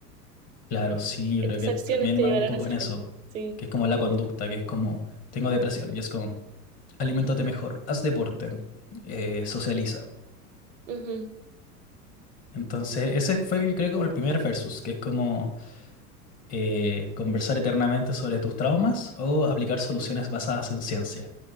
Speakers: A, on the left; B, on the right.
A: Claro, sí, yo
B: Estas
A: creo que
B: acciones
A: también
B: te
A: va
B: llevarán
A: un poco
B: a ser
A: en eso.
B: feliz. Sí.
A: que es como la conducta, que es como, tengo depresión, y es como, aliméntate mejor, haz deporte, eh, socializa.
B: ujú,
A: Entonces, ese fue, yo creo, como el primer versus, que es como eh, conversar eternamente sobre tus traumas o aplicar soluciones basadas en ciencia.